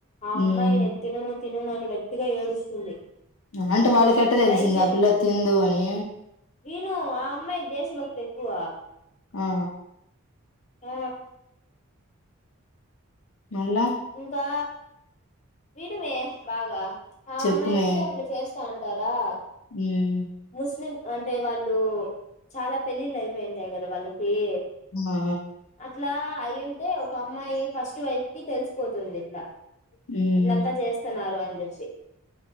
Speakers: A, on the left (about 35°); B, on the left (about 75°).
A: ఆ
B: ఉమ్.
A: అమ్మాయి నేన్ తినను తిననాని గట్టిగా ఏడుస్తుంది.
B: అంటే వాళ్ళక్ ఎట్ట తెలిసింది
A: ట్రై చే
B: ఆ పిల్ల తిందు అని
A: విను ఆ అమ్మాయి దేశభక్తి ఎక్కువ
B: ఆ
A: ఆ
B: మళ్ళా
A: ఇంకా విడువే బాగా ఆ
B: చెప్పు
A: అమ్మాయికి
B: మే
A: అట్లా చేస్ అంటారా
B: హ్మ్
A: ముస్లిం అంటే వాళ్ళు చాలా పెళ్ళిళ్ళు అయిపోయి ఉంటాయి కదా వాళ్ళు ఏ
B: ఆ
A: అట్ల ఇట్లా అయ్యుంటే ఒక అమ్మాయి ఫస్ట్ వైఫ్ కి తెల్స్ పోతుంది ఇట్లా
B: హ్మ్
A: వీళ్ళంతా చేస్తున్నారు అని తెలిసి